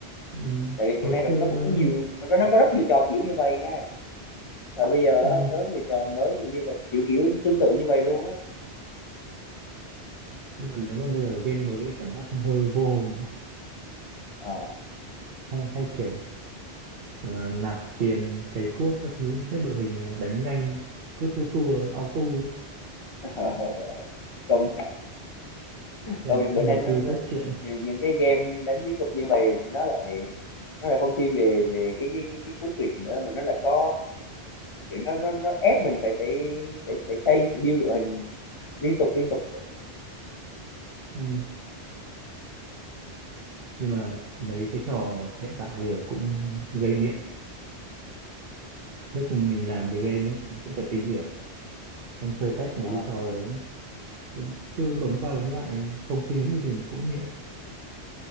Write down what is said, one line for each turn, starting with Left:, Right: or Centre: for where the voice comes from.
Right: ừ.
Left: tại vì
Right: hồi
Left: bữa nay
Right: xưa
Left: nó cũng có nhiều thật ra nó có rất nhiều trò kiểu như vậy nha thời bây giờ
Right: ừ.
Left: á, có rất nhiều trò mới kiểu như vậy kiểu kiểu tương tự như vậy luôn á
Right: nhưng mà nếu mà bây giờ game mới thì cảm giác hơi vô hồn ấy.
Left: Ờ.
Right: hay hay kiểu ờ, nạp tiền cày cuốc các thứ xếp đội hình rồi mà đánh nhanh cứ tua tua auto ấy
Left: <laughs> công nhận
Right: Thế
Left: công
Right: là nó
Left: nhận
Right: không
Left: bữa nay
Right: đầu
Left: nó,
Right: tư
Left: nó
Right: cốt truyện.
Left: những những cái game đánh chiến thuật như vậy nó lại nó lại không thiên về về cái cái cái, cái cốt truyện nữa mà nó lại có kiểu nó nó nó ép mình phải phải phải phải xây phải build đội hình liên tục liên tục vậy
Right: Ừ. Nhưng mà mấy cái trò hiện tại thì cũng gây nghiện. Trước mình làm
Left: ừ.
Right: về game ấy, mình cũng phải tìm hiểu. Xong chơi test mấy
Left: Ờ.
Right: cái trò đấy. Thì Cứ bấm qua bấm lại, không suy nghĩ gì mà cũng nghiện.